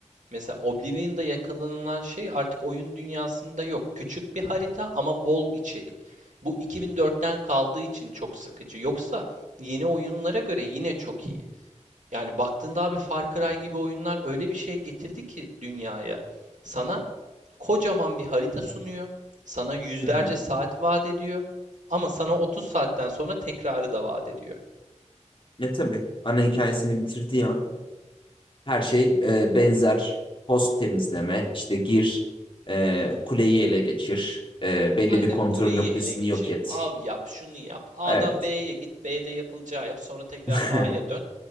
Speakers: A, on the right (about 80°); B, on the left (about 45°).
A: Mesela Oblivion'da yakalanılan şey artık oyun dünyasında yok. Küçük bir harita ama bol içerik. Bu 2004'ten kaldığı için çok sıkıcı. Yoksa yeni oyunlara göre yine çok iyi. Yani baktığında abi Far Cry gibi oyunlar öyle bir şey getirdi ki dünyaya. Sana kocaman bir harita sunuyor. Sana yüzlerce
B: Hı hı.
A: saat vaat ediyor. Ama sana 30 saatten sonra tekrarı da vaat ediyor.
B: Ya tabii ana hikayesini bitirdiği an her şey e, benzer. Post temizleme, işte gir, e, kuleyi ele geçir, e, belli
A: Aynen
B: bir kontrol
A: kuleyi
B: noktasını
A: ele geçir,
B: yok et.
A: av yap, şunu yap. A'dan
B: Evet.
A: B'ye git, B'de yapılacağı yap. Sonra tekrar
B: <laughs>
A: A'ya dön.